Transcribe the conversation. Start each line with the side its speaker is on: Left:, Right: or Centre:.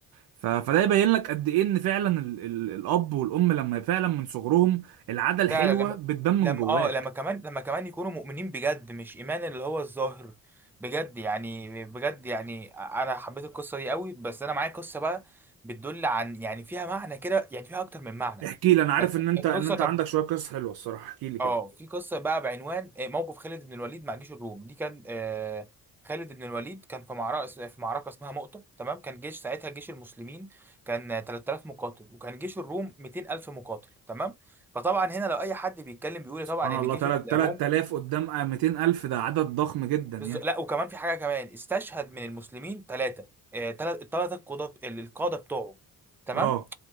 Right: ف... فده يبين لك قد ايه ان فعلا ال... ال... الاب والام لما فعلا من صغرهم العاده الحلوه
Centre: فعلا لما
Right: بتبان
Centre: لما
Right: من جواك
Centre: اه لما كمان لما كمان يكونوا مؤمنين بجد مش ايمان اللي هو الظاهر بجد يعني بجد يعني انا حبيت القصه دي قوي بس انا معايا قصه بقى بتدل عن يعني فيها معنى كده يعني فيها اكتر من معنى
Right: احكي لي انا عارف ان انت
Centre: القصه
Right: ان انت
Centre: كانت
Right: عندك شويه قصص حلوه الصراحه احكي لي كده
Centre: اه في قصه بقى بعنوان آه، موقف خالد بن الوليد مع جيش الروم دي كان آه خالد بن الوليد كان في معركه في معركه اسمها مؤتة تمام كان جيش ساعتها جيش المسلمين كان آه، 3000 مقاتل وكان جيش الروم 200000 مقاتل تمام فطبعا هنا لو اي حد بيتكلم بيقول إيه،
Right: سبحان
Centre: طبعا ان
Right: الله
Centre: جيش
Right: تلات تلات
Centre: الروم
Right: آلاف قدام آه، ميتين ألف ده عدد ضخم جدا يعني
Centre: بز... لا وكمان في حاجه كمان استشهد من المسلمين ثلاثه ثلاثه الثلاثه القاده القاده بتوعه تمام
Right: اه